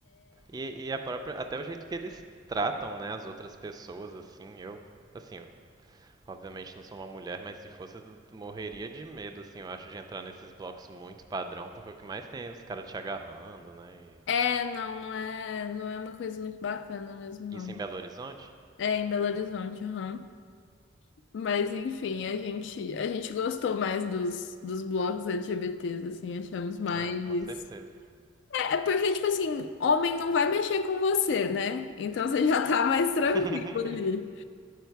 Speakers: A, on the right (about 20°); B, on the left (about 65°).
A: E, e a própria, até o jeito que eles tratam, né, as outras pessoas, assim, eu, assim, eu, obviamente não sou uma mulher, mas se fosse, eu morreria de medo, assim, eu acho, de entrar nesses blocos muito padrão, porque o que mais tem é os caras te agarrando, né, e
B: É, não, não é, não é uma coisa muito bacana mesmo, não.
A: isso em Belo Horizonte?
B: É em Belo Horizonte, aham. Mas enfim, a gente, a gente gostou mais dos, dos blocos LGBTs, assim, achamos mais.
A: Ah, com certeza.
B: É, é porque, tipo assim, homem não vai mexer com você, né? Então você já tá mais tranquilo
A: <laughs>
B: ali.